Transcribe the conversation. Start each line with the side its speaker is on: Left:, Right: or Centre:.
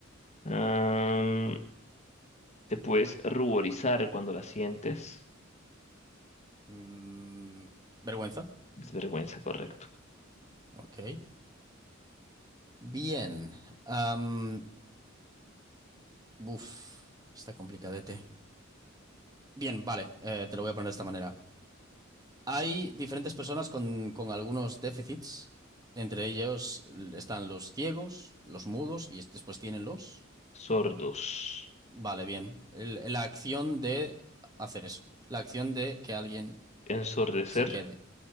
Left: Am, te puedes ruborizar cuando la sientes.
Right: Mm, vergüenza.
Left: Desvergüenza, correcto.
Right: Ok. Bien. Am, buf, está complicadete. Bien, vale. eh, te lo voy a poner de esta manera. Hay diferentes personas con, con algunos déficits. Entre ellos l- están los ciegos, los mudos y es- después tienen los...
Left: Sordos.
Right: Vale, bien. El- la acción de hacer eso. La acción de que alguien
Left: Ensordecer.
Right: se quede.